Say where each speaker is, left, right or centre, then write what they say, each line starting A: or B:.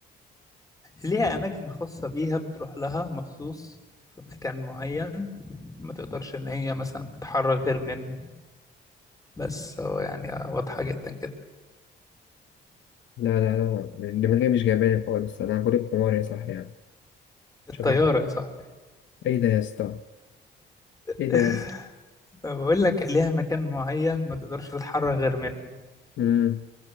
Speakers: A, on the left; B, on the left.
A: ليها أماكن خاصة بيها بتروح لها مخصوص في مكان معين ما تقدرش إن هي مثلا تتحرك غير منه بس هو يعني واضحة جدا كده
B: لا لا لا الدماغية مش جايباني خالص أنا غريب حمار يا صاحبي يعني
A: الطيارة
B: مش هفكر
A: يا صاحبي
B: إيه ده يا اسطى إيه
A: <laughs>
B: ده يا اسطى
A: فبقول لك ليها مكان معين ما تقدرش تتحرك غير منه
B: أمم